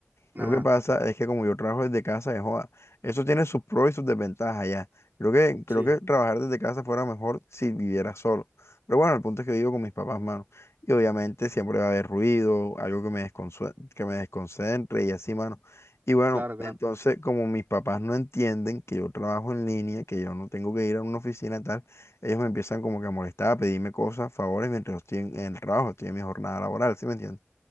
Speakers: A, on the right; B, on the left.
A: Ajá,
B: Lo que pasa es que como yo trabajo desde casa, de joda, eso tiene sus pros y sus desventajas ya. Creo que,
A: sí,
B: creo que trabajar desde casa fuera mejor si viviera solo. Pero bueno, el punto es que vivo con mis papás, mano. Y obviamente siempre va a haber ruido, algo que me desconsue- que me desconcentre y así, mano. Y bueno,
A: claro, claro.
B: entonces como mis papás no entienden que yo trabajo en línea, que yo no tengo que ir a una oficina tal, ellos me empiezan como que a molestar, a pedirme cosas, favores, mientras yo estoy en, en el trabajo, estoy en mi jornada laboral, ¿sí me entiendes?